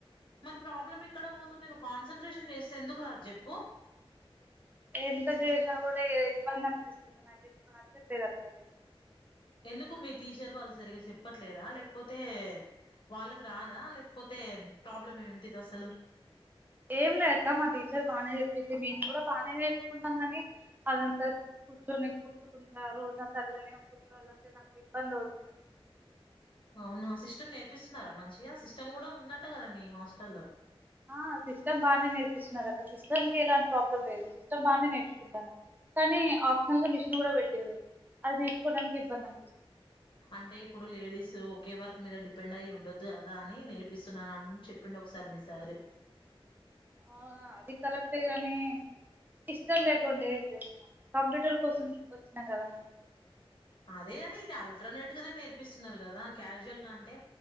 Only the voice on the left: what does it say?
మరి ప్రాబ్లం ఎక్కడ పోతుంది నువ్వు కాన్సన్ట్రేషన్ చేస్తే ఎందుకు రాదు చెప్పు
ఎందుకు మీ టీచర్ వాళ్ళు సరిగా చెప్పట్లేరా లేకపోతే వాళ్ళకి రాదా లేకపోతే ప్రాబ్లం ఏమిటిది అసలు
అవునా సిస్టమ్ నేర్పిస్తున్నారా మంచిగా సిస్టమ్ కూడా ఉందంట కదా మీ హాస్టల్లో
అంటే ఇప్పుడు లేడీస్ ఒకే వరకు మీద డిపెండ్ అయ్యి ఉండొద్దు కదా అని నేర్పిస్తున్నాను అని చెప్పిండు ఒక సారి మీ సారు
అదే గాని ఇది అల్టర్నేట్ గానే నేర్పిస్తున్నారు కదా క్యాజువల్ గా అంటే